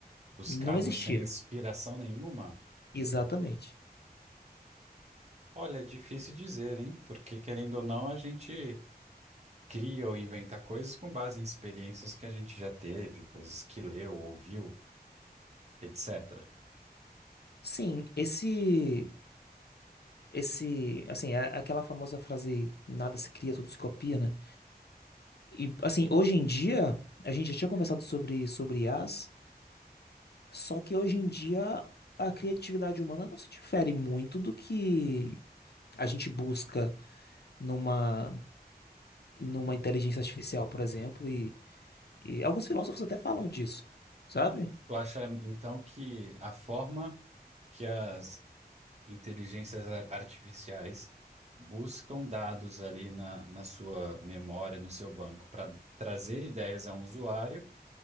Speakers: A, on the right; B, on the left.
A: buscado
B: Não existia.
A: sem inspiração nenhuma?
B: Exatamente.
A: Olha, é difícil dizer, hein? Porque querendo ou não, a gente cria ou inventa coisas com base em experiências que a gente já teve, coisas que leu, ouviu, etc.
B: Sim, esse. esse, assim, é aquela famosa frase nada se cria, tudo se copia, né? E assim, hoje em dia, a gente já tinha conversado sobre sobre I as só que hoje em dia a criatividade humana não se difere muito do que a gente busca numa numa inteligência artificial, por exemplo, e, e alguns filósofos até falam disso, sabe?
A: Tu acha então que a forma que as inteligências ar- artificiais buscam dados ali na, na sua memória, no seu banco, para trazer ideias a um usuário,